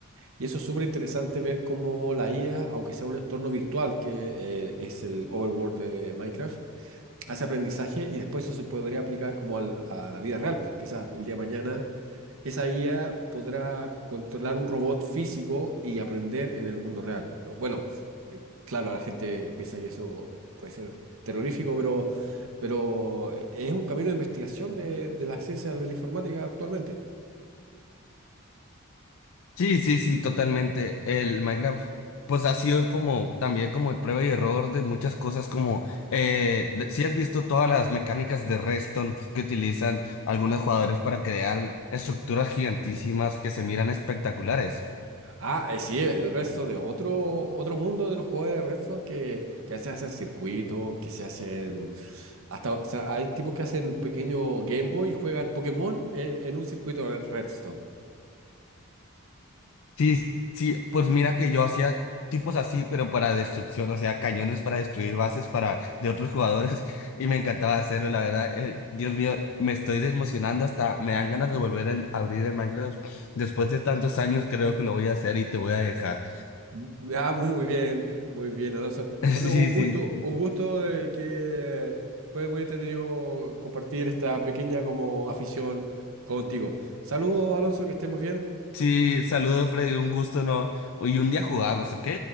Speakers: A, on the right; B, on the left.
A: Y eso es súper interesante ver cómo la IA, aunque sea un entorno virtual, que eh, es el overworld de Minecraft, hace aprendizaje y después eso se podría aplicar como al- a la vida real. pues, Quizás el día de mañana esa IA podrá controlar un robot físico y aprender en el mundo real. Pero Bueno, eh, claro, la gente piensa que eso puede ser terrorífico, pero, pero eh, es un camino de investigación de, de las ciencias de la informática actualmente.
B: Sí, sí, sí, totalmente. El Minecraft, pues ha sido como también como el prueba y error de muchas cosas, como eh, si has visto todas las mecánicas de redstone que utilizan algunos jugadores para crear estructuras gigantísimas que se miran espectaculares.
A: Ah, eh, sí, el resto de otro, otro mundo de los jugadores de Redstone que, que se hacen circuitos, que se hacen... Hasta, o sea, hay tipos que hacen un pequeño Game Boy y juegan Pokémon en, en un circuito de Redstone.
B: Sí, sí, pues mira que yo hacía tipos así, pero para destrucción, o sea, cañones para destruir bases para de otros jugadores <laughs> y me encantaba hacerlo, la verdad. eh, Dios mío, me estoy desmocionando hasta me dan ganas de volver a abrir el Minecraft. Después de tantos años creo que lo voy a hacer y te voy a dejar.
A: <laughs> Ah, muy bien, muy bien, Alonso.
B: <laughs>
A: Bueno,
B: Sí,
A: un gusto,
B: sí.
A: un gusto de que fue muy entretenido compartir esta pequeña como afición contigo. Saludos, Alonso, que estés muy bien.
B: Sí, saludos Freddy, un gusto, ¿no? Y un día jugamos, ¿ok?